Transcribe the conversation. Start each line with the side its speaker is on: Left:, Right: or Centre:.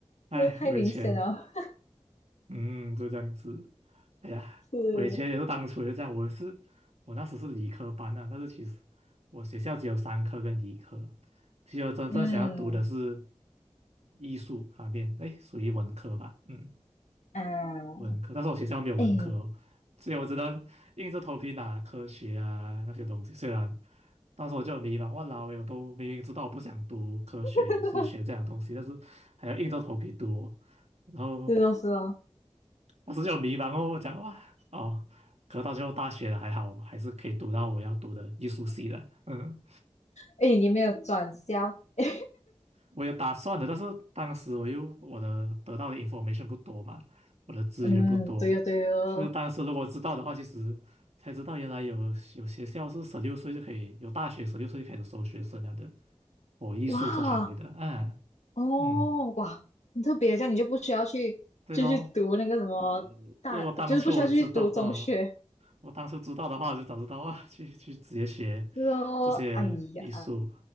Right: 哎，
Left: 这太明显了，
Right: 我以前，嗯，就这样子。哎呀，
Left: 是，
Right: 我以前也是当初也这样，我也是，我那时是理科班啊，但是其实我学校只有三科跟理科，其实我真正想要读的是
Left: 嗯
Right: 艺术方面，哎，属于文科吧，嗯，
Left: 啊，
Right: 文科，但是我学校没有文科哦所以我只能硬着头皮拿科学啊那些东西，
Left: 哎，
Right: 虽然当时我就很迷茫，哇老我都明明知道我不想读科学、
Left: <laughs>
Right: 数学这样的东西，但是还要硬着头皮读哦然后。
Left: 是哦是哦，
Right: 当时就很迷茫哦，我讲哇哦，可是到最后大学了还好，还是可以读到我要读的艺术系的。嗯，
Left: 哎，你没有转校，哎
Right: 我有打算的，但是当时我又我的得到的 information 不多嘛，我的资源不多。
Left: 嗯，对哦对哦，
Right: 其实当时如果知道的话，其实才知道原来有有学校是十六岁就可以，有大学十六岁就开始收学生了的，我艺术这行业的，
Left: 哇
Right: 嗯
Left: 哦哇，
Right: 嗯。
Left: 很特别，这样你就不需要去。
Right: 对咯，
Left: 继续读那个什么大，
Right: 呃，如果当初我知道啊，
Left: 就是不需要去读中学，
Right: 我当初知道的话，我就早知道啊，去去直接学
Left: 是哦，
Right: 这些艺术，
Left: 哎呀，